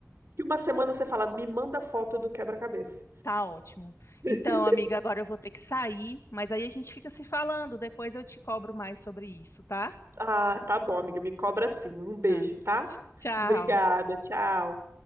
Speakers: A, on the right; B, on the left.
A: daqui uma semana você fala, me manda foto do quebra-cabeça.
B: Tá ótimo.
A: <laughs>
B: Então, amiga, agora eu vou ter que sair, mas aí a gente fica se falando. Depois eu te cobro mais sobre isso, tá?
A: Ah, tá bom, amiga, me cobra sim. Um beijo,
B: Ah,
A: tá?
B: Tchau.
A: Obrigada, tchau.